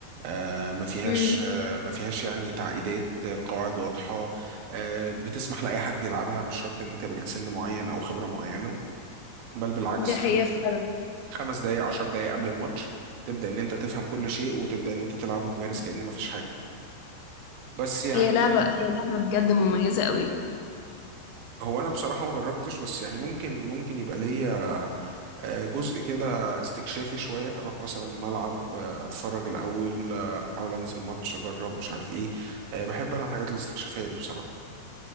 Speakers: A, on the right; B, on the left.
A: آه، ما فيهاش
B: مم.
A: آه، ما فيهاش يعني تعقيدات آه، قواعد واضحة آه، بتسمح لأي حد يلعبها مش شرط إن أنت بليك سن معين أو خبرة معينة بل بالعكس
B: دي حقيقة
A: خم
B: فعلا
A: خمس دقايق عشر دقايق قبل الماتش تبدأ إن أنت تفهم كل شيء وتبدأ إن أنت تلعب وتمارس
B: مم.
A: كأن مفيش حاجة بس يعني
B: هي لعبة هي لعبة بجد مميزة قوي
A: هو انا بصراحه ما جربتش بس يعني ممكن ممكن يبقى ليا آه، جزء كده استكشافي شويه اروح مثلا ملعب آه، اتفرج الاول آه، احاول انزل ماتش اجرب مش عارف ايه آه، بحب انا الحاجات الاستكشافيه دي بصراحه